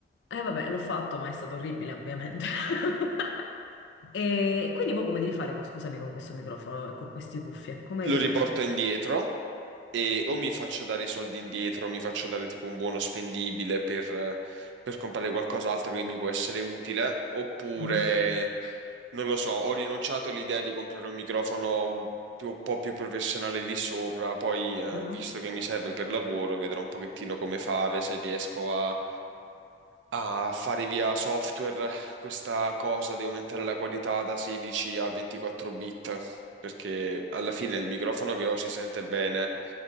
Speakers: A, on the left; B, on the right.
A: Eh vabbè, l'ho fatto, ma è stato orribile, ovviamente. <laughs> E quindi mo come devi fare, con- scusami, con questo microfono e con queste cuffie? Come
B: Lo
A: hai risolto?
B: riporto indietro. e o mi faccio dare i soldi indietro, o mi faccio dare tipo un buono spendibile per, per comprare qualcos'altro che mi può essere utile, oppure
A: Mhm,
B: non lo so, ho rinunciato all'idea di comprare un microfono un più- un po' più professionale lì sopra, poi eh,
A: mhm.
B: visto che mi serve per lavoro, vedrò un pochettino come fare, se riesco a a fare via software questa cosa di aumentare la qualità da 16 a 24 bit, perché alla fine il microfono che ho si sente bene,